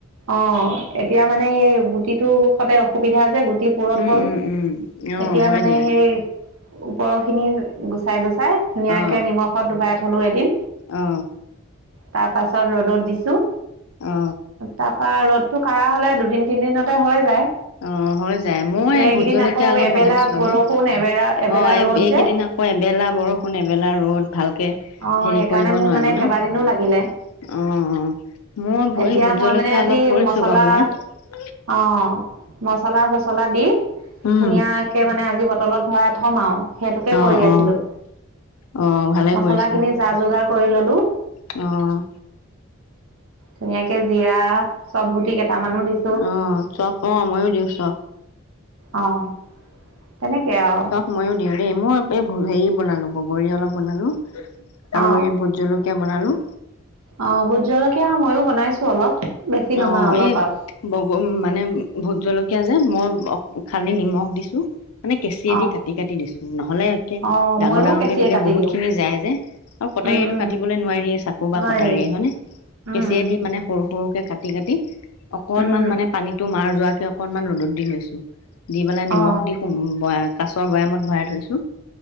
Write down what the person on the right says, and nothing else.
অ', এতিয়া মানে এই গুটিটো সতে অসুবিধা যে, গুটি পুৰঠ
হ'ল
এতিয়া
মানে
সেই ওপৰখিনি গুচাই গুচাই। ধুনীয়াকে
নিমখত ডুবাই থ'লো এদিন।
তাৰপাছত ৰ'দত দিছোঁ।
তাপা ৰ'দটো কাঢ়া হ'লে দুদিন তিনদিনতে হৈ যায়।
এইকেইদিন
আকৌ
এবেলা
বৰষুণ এবেলা এবেলা
ৰ'দ
যে
অঁ
সেইকাৰণে
মোৰ
মানে
কেইবাদিনো
লাগিলে
এতিয়া
মই
মানে আজি
মচলা
অ', মছলা চচলা দি।
ধুনীয়াকে মানে আজি বটলত ভৰাই থ'ম আৰু সেইটোকে
কৰি
আছিলোঁ।
মছলাখিনি
যা যোগাৰ কৰি ল'লো।
ধুনীয়াকে জিৰা চব গুটি কেইটামানো দিছ
অ', তেনেকে আৰু
অ
অ', ভূত জলকীয়া মইয়ো বনাইছোঁ অলপ। বেছি নহয়
অলপ
আৰু
অ
অ
ময়ো
কেঁচিয়ে
কাটি
দিওঁ
উম উম
নোৱাৰি
উম
উম
অ